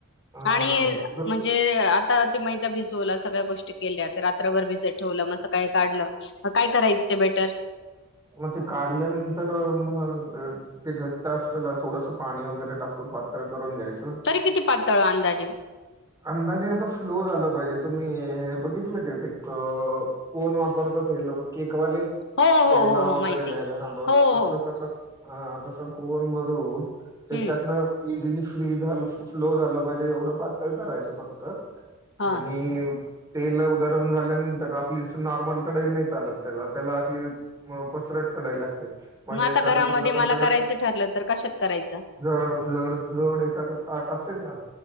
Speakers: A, on the right; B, on the left.
A: हां,
B: आणि
A: एक किलो
B: म्हण जे आता ते मैदा भिजवला, सगळ्या गोष्टी केल्या. रात्रभर भिजत ठेवलं. मग सकाळी काढलं. काय करायचं ते बेटर?
A: मग ते काढल्यानंतर मग ते ते घट्ट असतं ना, थोडस पाणी वगैरे टाकून पातळ करून घ्यायचं.
B: तरी किती पातळ अंदाजे?
A: अंदाजे असं फ्लो झाला पाहिजे. तुम्ही बघितलं का ते कप कोण वापरतात हे लोक, केकवाले.
B: हो
A: ते
B: हो
A: नाव
B: हो हो
A: वगैरे
B: माहिती
A: लिहायला.
B: आहे.
A: हा बर
B: हो
A: तसं
B: हो
A: तसं. हा तसा कोण भरून तेच
B: हम्म
A: त्यातन इझिली फ्री झालं, फ्लो झालं पाहिजे. एवढं पातळ करायचं फक्त. आणि
B: हा
A: तेल गरम झाल्यानंतर, आपली नॉर्मल कढई नाही चालत त्याला. त्याला अशी म पसरट कढई लागते. म्हणजे
B: मग आता
A: एखाद्या
B: घरामध्ये
A: समजा तुमच्याकडे
B: मला करायचं ठरलं तर कशात करायचं?
A: जड, जड, जड एखादं ताट असेल ना